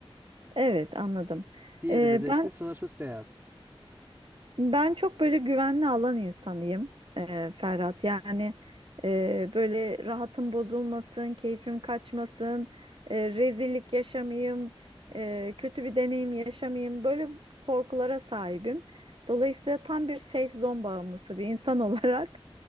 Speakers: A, on the right (about 60°); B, on the right (about 20°).
A: Evet anladım.
B: Diğerinde
A: E,
B: de
A: ben
B: işte sınırsız seyahat.
A: Ben çok böyle güvenli alan insanıyım e, Ferhat. Yani e, böyle rahatım bozulmasın, keyfim kaçmasın, e, rezillik yaşamayayım, e, kötü bir deneyim yaşamayayım. Böyle korkulara sahibim. Dolayısıyla tam bir safe zone bağımlısı bir insan <laughs> olarak